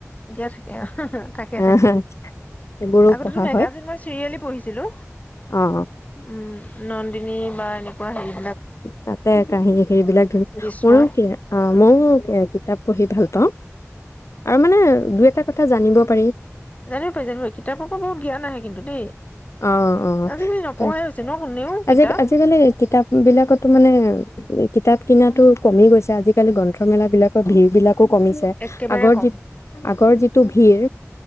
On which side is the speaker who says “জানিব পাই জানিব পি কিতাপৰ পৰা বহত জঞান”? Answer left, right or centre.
Left